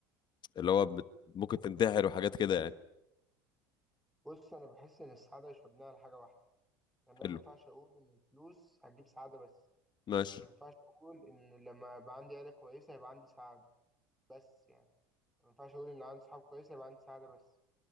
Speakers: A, on the left; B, in the centre.
A: اللي هو بت... ممكن تنتحر وحاجات كده يعني
B: بص أنا بحس إن السعادة مش مبنية على حاجة واحدة يعني أنا
A: حلو
B: ما ينفعش أقول إن الفلوس هتجيب سعادة بس
A: ماشي
B: وما ينفعش أقول إن لما يبقى عندي عيلة كويسة يبقى عندي سعادة بس يعني ما ينفعش أقول إن عندي صحاب كويسة يبقى عندي سعادة بس